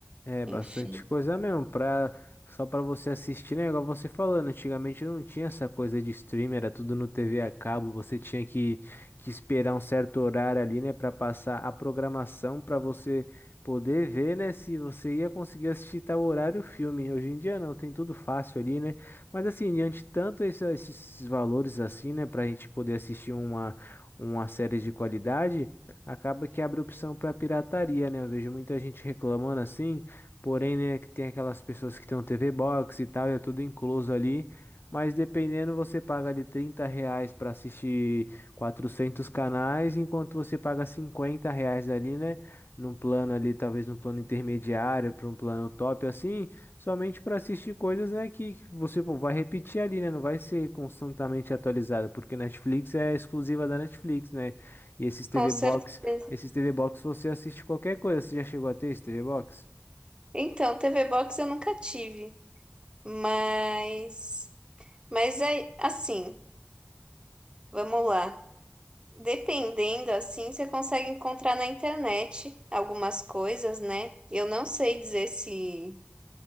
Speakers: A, on the left; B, on the right.
A: É
B: Enfim,
A: bastante coisa mesmo, pra, só pra você assistir, né? Igual você falando, antigamente não tinha essa coisa de streamer, era tudo no TV a cabo, você tinha que, que esperar um certo horário ali, né, Pra passar a programação pra você poder ver, né, se você ia conseguir assistir tal horário o filme. Hoje em dia não, tem tudo fácil ali, né? Mas assim, diante de tanto esse- esses valores assim, né, pra gente poder assistir uma, uma série de qualidade, acaba que abre opção pra pirataria, né? Eu vejo muita gente reclamando assim. Porém, né, que tem aquelas pessoas que tem um TV Box e tal, e é tudo incluso ali. Mas dependendo, você paga ali 30 reais para assistir 400 canais, enquanto você paga 50 reais ali, né? Num plano ali, talvez num plano intermediário, para um plano top assim, somente para assistir coisas, né, que que você pô, vai repetir ali, né? Não vai ser constantemente atualizada, porque Netflix é exclusiva da Netflix, né? E esses
B: com
A: TV
B: certeza.
A: Box, esses TV Box você assiste qualquer coisa. Você já chegou a ter esse TV Box?
B: Então, TV Box eu nunca tive, mas, mas é assim, vamos lá. Dependendo, assim, você consegue encontrar na internet algumas coisas, né? Eu não sei dizer se,